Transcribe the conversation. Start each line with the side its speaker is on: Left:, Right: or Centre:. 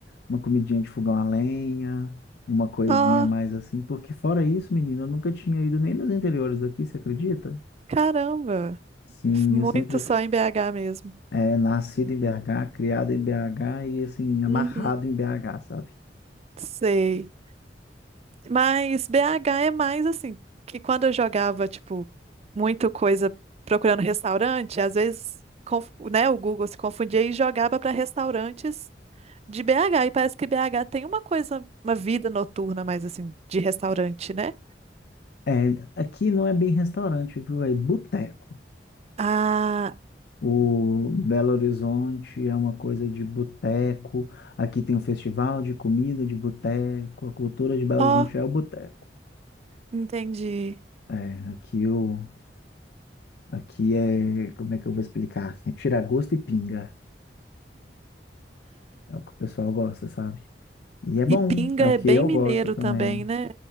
Left: uma comidinha de fogão a lenha, uma coisinha
Right: Ó,
Left: a mais assim, porque fora isso, menina, eu nunca tinha ido nem nos interiores daqui, você acredita?
Right: caramba.
Left: Sim,
Right: Muito
Left: eu sempre
Right: só
Left: f-
Right: em BH mesmo.
Left: é nascido em BH, criado em BH e assim, amarrado
Right: Uhum.
Left: em BH, sabe?
Right: Sei. Mas BH é mais assim, que quando eu jogava, tipo, muito coisa procurando restaurante, às vezes, conf- né, o Google se confundia e jogava para restaurantes de BH, e parece que BH tem uma coisa, uma vida noturna mais assim, de restaurante, né?
Left: É, aqui não é bem restaurante, viu? É boteco.
Right: Ah,
Left: O Belo Horizonte é uma coisa de boteco. Aqui tem um festival de comida de boteco. A cultura de Belo
Right: ó,
Left: Horizonte é o boteco.
Right: entendi.
Left: É, aqui o Aqui é, como é que eu vou explicar? É tira gosto e pinga. É o que o pessoal gosta, sabe? E é bom,
Right: E pinga
Left: é
Right: é
Left: o que
Right: bem
Left: eu
Right: mineiro
Left: gosto também.
Right: também, né?